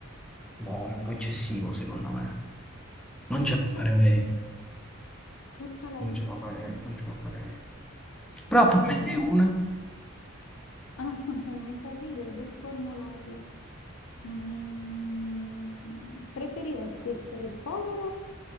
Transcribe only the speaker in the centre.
Boh, è un po' eccessivo secondo me. Non
ce la farei,
non
ce la farei, non ce la farei. Però
fammi
te una.